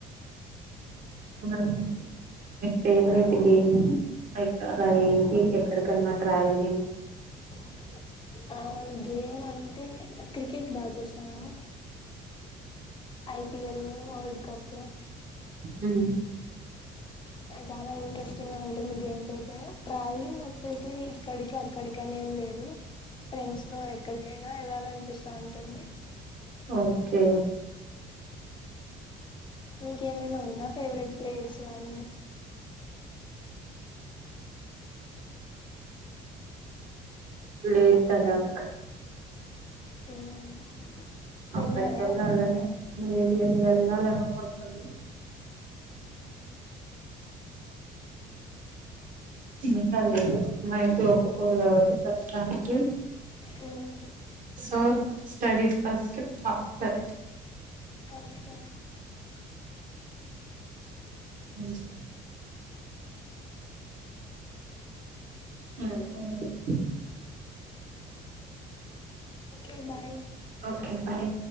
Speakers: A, on the right; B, on the left.
A: ఆ మీ ఫేవరెట్ గేమ్ ఎక్క ఏంటి ఎక్కడికన్నా ట్రావెలింగ్
B: <inaudible> ఆ గేమ్ అంటే క్రికెట్ బాగా చూసాము ఐపిఎల్ వరల్డ్ కప్
A: ఉమ్
B: <inaudible> చాలా ఇంట్రెస్టింగ్ ఉంటుంది గేమ్స్ లైతే ట్రావెలింగ్ వచ్చేసి ఇక్కడికి అక్కడికి అని ఏంలేదు ఫ్రెండ్స్ తో ఎక్కడికైనా వెళ్ళాలనిపిస్తా ఉంటుంది
A: ఓకే
B: మీకేమైనా ఉందా ఫేవరెట్ ప్లేస్ అనీ
A: లేట్ తదాక్
B: మ్మ్. వెళ్ళారా
A: అక్కడికి యెళ్ళాలని లేదులేదు వెళ్ళాలనుకుంటున్నా ఇంకా లేదు మా ఇంట్లో ఒప్పుకోరు కాబట్టి ప్రస్తుతానికి
B: మ్మ్.
A: So studies first after
B: okay
A: ఉమ్ అకే <unintelligible>
B: ఓకే బాయ్
A: ఓకే బాయ్